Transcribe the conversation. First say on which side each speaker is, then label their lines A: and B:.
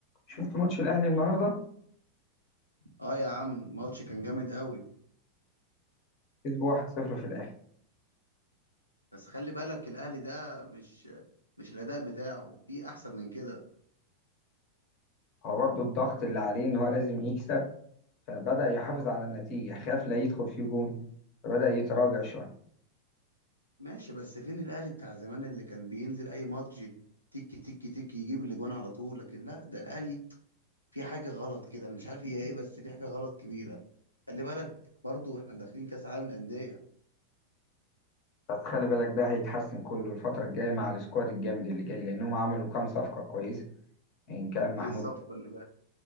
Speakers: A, on the left; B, on the left.
A: شفت ماتش الاهلي النهارده
B: اه يا عم الماتش كان جامد قوي
A: كسب 1-0 في الاخر
B: بس خلي بالك الاهلي ده مش مش الاداء بتاعه في احسن من كده
A: هو برضو الضغط اللي عليه ان هو لازم يكسب فبدأ يحافظ على النتيجة خاف لا يدخل فيه جون فبدأ يتراجع شوية
B: ماشي بس فين الاهلي بتاع زمان اللي كان بينزل اي ماتش تيكي تيكي تيكي يجيب الاجوان على طول لكن لا ده الاهلي في حاجه غلط كده انا مش عارف هي ايه بس في حاجه غلط كبيره خلي بالك برضو احنا داخلين كاس عالم الانديه
A: بس خلي بالك ده هيتحسن كله الفترة الجاية مع السكواد الجامد اللي جاي لأنهم عملوا كام صفقة كويسة إن كان محمود
B: ايه الصفقه اللي جت